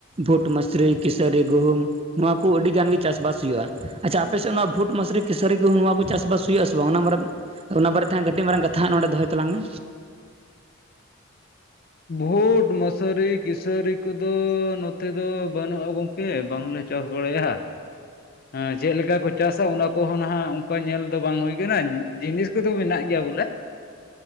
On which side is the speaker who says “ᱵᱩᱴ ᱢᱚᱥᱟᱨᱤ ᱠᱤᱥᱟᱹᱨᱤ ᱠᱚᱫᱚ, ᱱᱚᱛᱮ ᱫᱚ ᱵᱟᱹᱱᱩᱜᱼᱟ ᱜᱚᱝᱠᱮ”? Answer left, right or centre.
Left